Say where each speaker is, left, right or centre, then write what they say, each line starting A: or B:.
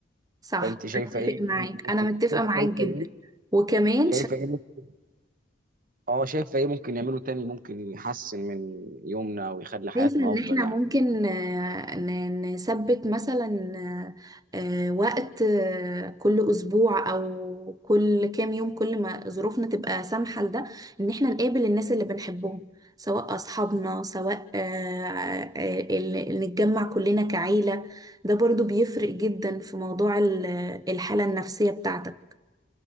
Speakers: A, on the right; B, on the right.
A: صح
B: فانت شايفه
A: اتفق
B: ايه
A: معاك
B: ممكن
A: انا متفقة معاك
B: شايفه
A: جدا
B: ايه
A: وكمان
B: شايفه ايه ممكن- اه شايفه ايه ممكن نعمله تاني ممكن يحسن من يومنا ويخلي حياتنا
A: شايفة إن
B: افضل
A: إحنا
B: يعني
A: ممكن آه، ن- نثبت مثلا آه، آه، وقت آه، كل أسبوع أو كل كام يوم كل ما ظروفنا تبقى سامحة لده إن إحنا نقابل الناس اللي بنحبهم سواء أصحابنا سواء آه، آه، ال- نتجمع كلنا كعيلة ده برضو بيفرق جدا في موضوع ال- الحالة النفسية بتاعتك